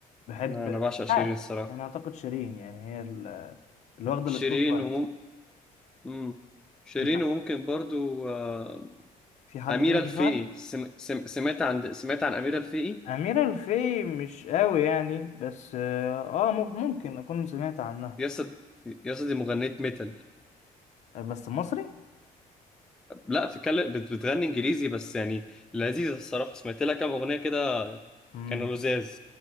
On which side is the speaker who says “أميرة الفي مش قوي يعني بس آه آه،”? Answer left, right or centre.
Left